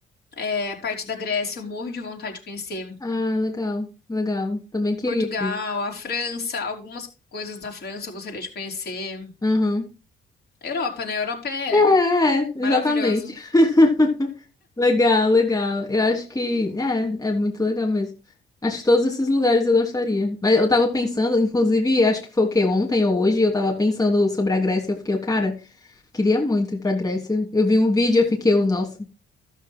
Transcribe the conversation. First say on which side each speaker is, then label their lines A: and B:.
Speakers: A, on the left; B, on the left.
A: é, a parte da Grécia, eu morro de vontade de conhecer.
B: Ah, legal, legal. Também queria
A: Portugal,
B: ir.
A: a França, algumas coisas da França eu gostaria de conhecer.
B: Aham.
A: Europa, né? Europa é
B: É, é,
A: maravilhoso.
B: exatamente. <laughs> Legal, legal. Eu acho que é, é muito legal mesmo. Acho que todos esses lugares eu gostaria. Mas eu tava pensando, inclusive, acho que foi o quê? Ontem ou hoje, eu tava pensando sobre a Grécia. Eu fiquei, eu, cara, queria muito ir pra Grécia. Eu vi um vídeo, eu fiquei, eu, nossa,